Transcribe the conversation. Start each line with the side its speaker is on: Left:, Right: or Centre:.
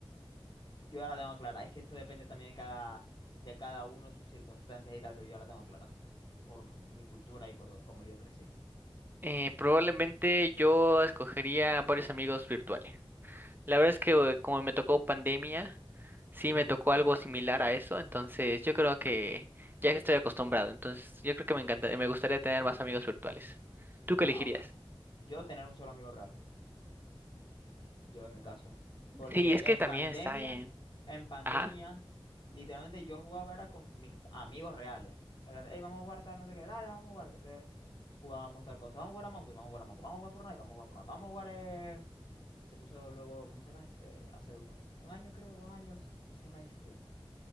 Left: Yo ya la tengo clara. Es que esto depende también de cada, de cada uno, sus circunstancias y tal, pero yo ya la tengo clara. Por mi cultura y por do- cómo yo crecí.
Right: eh, probablemente yo escogería varios amigos virtuales. La verdad es que eh, como me tocó pandemia, sí
Left: Ujú.
Right: me tocó algo similar a eso, entonces yo creo que ya que estoy acostumbrado, entonces yo creo que me encanta, me gustaría tener más amigos virtuales. ¿Tú qué
Left: Ah,
Right: elegirías?
Left: bueno. Yo tener un solo amigo real. Yo en mi caso. Porque
Right: Sí, es que
Left: en
Right: también
Left: pandemia,
Right: está bien.
Left: en pandemia,
Right: Ajá,
Left: literalmente yo jugaba era con mis amigos reales. En plan, "Ey, vamos a jugar tal, no sé qué, dale, vamos a jugar. Entonces jugábamos tal cosa, vamos a jugar a Among Us, vamos a jugar a Among Us, vamos a jugar Fortnite, vamos a jugar Fortnite, vamos a jugar... eh, Se puso luego, ¿cómo se llama este? Hace un, un año, creo, dos años, ¿cómo se llama este?